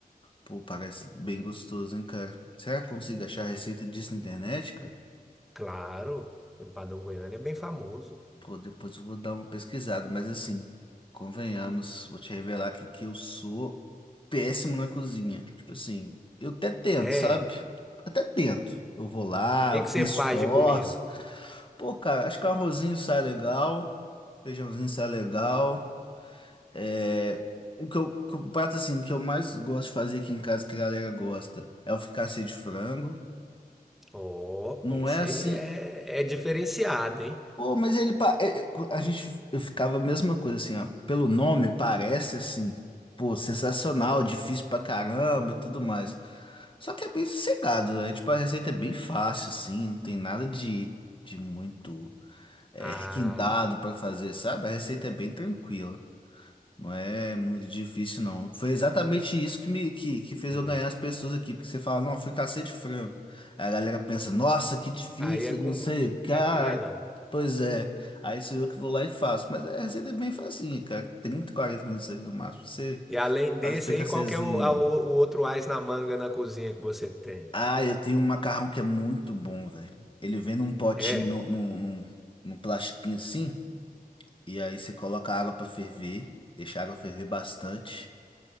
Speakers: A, on the left; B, in the centre.
A: Pô, parece bem gostoso, hein, cara? Será que eu consigo achar a receita disso na internet, cara?
B: Claro, o empadão goiano é bem famoso.
A: Pô, depois eu vou dar uma pesquisada, mas assim, convenhamos, vou te revelar aqui que eu sou péssimo na cozinha. Tipo assim, eu até tento,
B: É,
A: sabe? Até tento. Eu vou lá,
B: o que
A: eu
B: que você
A: me esforço.
B: faz de comida?
A: Pô, cara, acho que um arrozinho sai legal, feijãozinho sai legal. É. O que eu, que o prato assim que eu mais gosto de fazer aqui em casa que a galera gosta é o fricassê de frango.
B: Ó,
A: Não
B: esse
A: é assim,
B: é, é diferenciado, hein?
A: Pô, mas ele. pa- é, é, A gente. Eu ficava a mesma coisa, assim, ó. Pelo nome, parece, assim, pô, sensacional, difícil pra caramba e tudo mais. Só que é bem sossegado, né? Tipo, a receita é bem fácil, assim, não tem nada de, de muito é,
B: Ah,
A: requintado pra fazer, sabe? A receita é bem tranquila. Não é muito difícil, não. Foi exatamente isso que me que, que fez
B: hum.
A: eu ganhar as pessoas aqui, porque você fala, não, foi cacete frango. Aí a galera pensa, nossa, que difícil,
B: Aí é com,
A: não sei o que.
B: é
A: ah,
B: com nylon.
A: Pois é, aí sou eu que vou lá e faço. Mas a receita é bem facinha, cara. trinta 40 minutos ali no máximo. Você
B: E além desse
A: faz o fricassêzinho.
B: aí, qual que é o, a- o- o outro ás na manga na cozinha que você tem?
A: Ah, eu tenho um macarrão que é muito bom, velho. Ele vem num potinho,
B: É,
A: num, num, num num plastiquinho assim, e aí você coloca a água pra ferver, deixa a água ferver bastante.